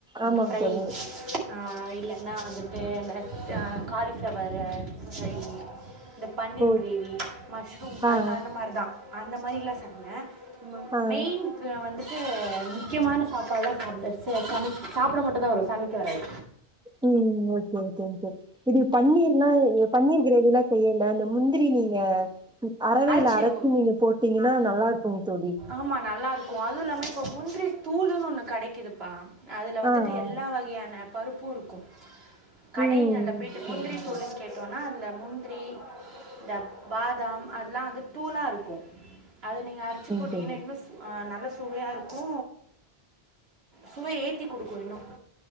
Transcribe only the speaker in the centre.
ஆமாங்க
தோழி
ஓ
ஆ
ஆ
ஆ
ம் okay okay okay இது பன்னீர்னா அ பன்னீர் கிரேவில்லா செய்யல இந்த முந்திரி நீங்க அறவைல
அரச்சு நீங்க போட்டீங்கனா நல்லா இருக்கும்ங் தோழி
ஆ ஆ
ம்
சரிங்
எது